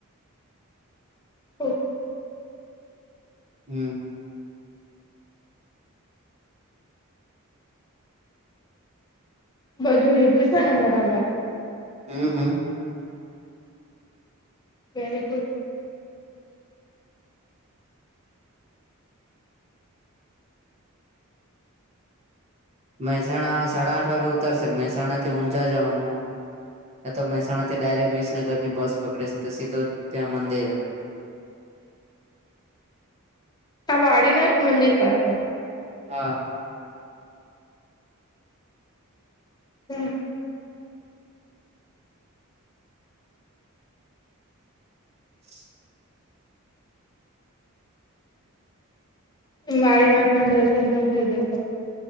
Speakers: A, on the left (about 20°); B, on the right (about 30°).
A: ઓકે.
B: હમ.
A: બધું લીધું છે ને બરાબર.
B: હમ હમ.
A: Very good.
B: મહેસાણા સાડા આઠ વાગે ઉતારશે મહેસાણા થી ઊંઝા જવાનું. આ તો મહેસાણા થી ડાયરેક વિસનગર ની બસ પકડી સ તો સીધું ત્યાં મંદિરે.
A: આ વાડીનાથ મંદિર પાસે.
B: હા.
A: હમ.
B: જ
A: વાળીનાથ ના દર્શન પણ થઇ જશે